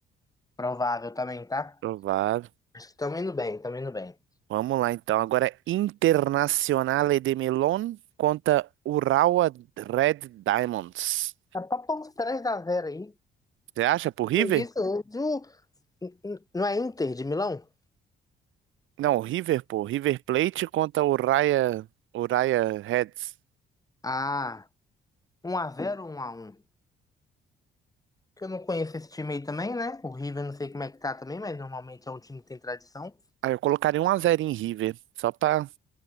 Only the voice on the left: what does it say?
provável também, tá?
Acho que tamo indo bem, tamo indo bem.
Tá pra pôr uns 3x0 aí.
Isso, hoje o- n- n- não é Inter de Milão?
Ah, um a zero ou 1x1? Que eu não conheço esse time aí também, né? O River não sei como é que tá também, mas normalmente é um time que tem tradição.